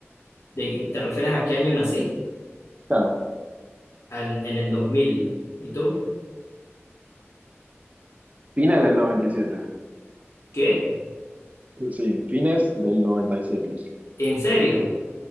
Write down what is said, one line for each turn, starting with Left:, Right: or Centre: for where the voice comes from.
Left: ¿De, ¿te refieres a qué año nací?
Right: Claro,
Left: Al- en el 2000. ¿Y tú?
Right: fines del noventa y siete
Left: ¿Qué?
Right: Sí, fines del noventa y siete
Left: ¿En serio?